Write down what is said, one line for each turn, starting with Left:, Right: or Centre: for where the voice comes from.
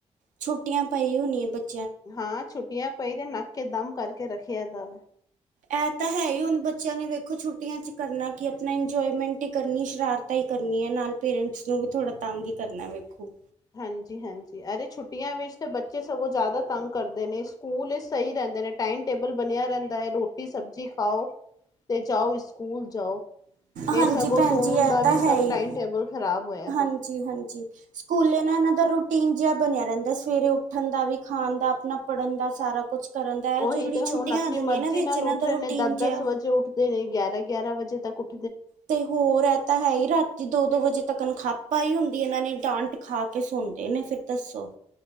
Right: ਛੁੱਟੀਆਂ ਪਾਈ ਹੋਣੀ ਹੈਂ, ਬਚੇ
Left: ਹਾਂ ਛੁੱਟੀਆਂ ਪਈ ਦੇ, ਨੱਕ ਕੇ ਦਮ ਕਰਕੇ ਰੱਖਿਆ ਐਦਾ।
Right: ਇਹ ਤਾਂ ਹੈ ਹੀ ਹੁਣ ਬੱਚਿਆਂ ਨੇ ਵੇਖੋ ਛੁੱਟੀਆਂ ਚ ਕਰਨਾ ਕਿ ਆਪਣਾ ਇੰਜੋਏਮੈਂਟ ਹੀ ਕਰਨੀ ਸ਼ਰਾਰਤਾ ਹੀ ਕਰਨੀ ਹੈ, ਨਾਲ ਪੇਰੈਂਟਸ ਨੂੰ ਵੀ ਥੋੜਾ ਤੰਗ ਹੀ ਕਰਨਾ ਵੇਖੋ।
Left: ਹਾਂਜੀ-ਹਾਂਜੀ, ਅਰੇ ਛੁੱਟੀਆਂ ਵਿਚ ਬੱਚੇ ਸਗੋਂ ਜ਼ਿਆਦਾ ਤੰਗ ਕਰਦੇ ਨੇ ਸਕੂਲ ਸਹੀ ਰਹਿੰਦੇ ਨੇ ਟਾਈਮ ਟੇਬਲ ਬਣਿਆ ਰਹਿੰਦਾ ਹੈ, ਰੋਟੀ ਸਬਜ਼ੀ ਖਾਓ ਤੇ ਜਾਓ ਸਕੂਲ ਜਾਓ। ਇਹ
Right: ਹਾਂਜੀ
Left: ਸਗੋਂ
Right: ਭੈਣ
Left: ਸੋਣ
Right: ਜੀ ਇਹ
Left: ਦਾ
Right: ਤਾਂ
Left: ਵੀ
Right: ਹੈ
Left: ਸਭ
Right: ਹੀ
Left: ਟਾਈਮ ਟੇਬਲ ਖ਼ਰਾਬ ਹੋਇਆ
Right: ਹਾਂਜੀ-ਹਾਂਜੀ।
Left: ਤਾ।
Right: ਸਕੂਲੇ ਨਾਲ ਇਹਨਾਂ ਦਾ ਰੂਟੀਨ ਜਿਹਾ ਬਣਿਆ ਰਹਿੰਦਾ, ਸਵੇਰੇ ਉੱਠਣ ਦਾ ਵੀ ਖਾਣ ਦਾ ਆਪਣਾ ਪੜ੍ਹਨ ਦਾ ਸਾਰਾ ਕੁਛ ਕਰਨ ਦਾ ਇਹ
Left: ਔ
Right: ਜਿਹੜੀ
Left: ਹੀ ਤੇ
Right: ਛੁੱਟੀਆਂ
Left: ਹੁਣ ਆਪਣੀ
Right: ਆ ਜਾਂਦੀਆਂ
Left: ਮਰਜੀ
Right: ਨਾ ਵਿੱਚ
Left: ਨਾਲ
Right: ਇਹਨਾਂ
Left: ਉੱਠ
Right: ਦਾ
Left: ਰਹੇ ਨੇ
Right: ਰੂਟੀਨ
Left: ਦਸ-ਦਸ
Right: ਜਿਹਾ
Left: ਵਜੇ ਉੱਠਦੇ ਨੇ ਗਿਆਰਾਂ-ਗਿਆਰਾਂ ਵਜੇ। ਤੱ <unintelligible>
Right: ਤੇ ਹੋਰ ਇਹ ਤਾਂ ਹੈ ਹੀ ਰਾਤੀ ਦੋ ਦੋ ਵਜੇ ਤੱਕ ਖੱਪ ਹੀ ਹੁੰਦੀ ਇਹਨਾਂ ਨੇ, ਡਾਂਟ ਖਾ ਕੇ ਸੌਦੇ ਨੇ ਫਿਰ ਦੱਸੋ।